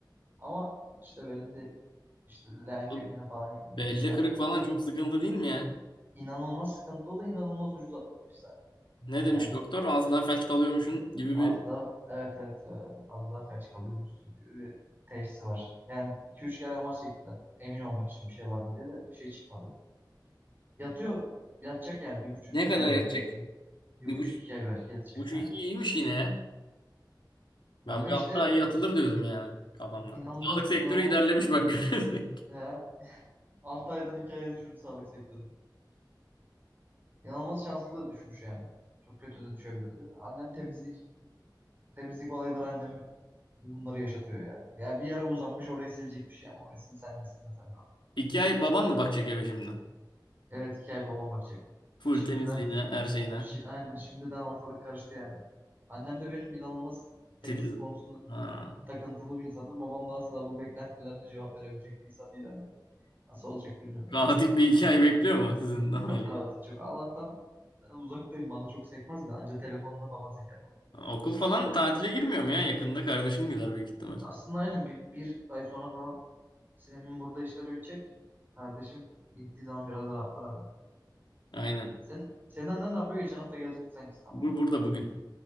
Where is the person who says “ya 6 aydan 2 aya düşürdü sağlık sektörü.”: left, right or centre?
Right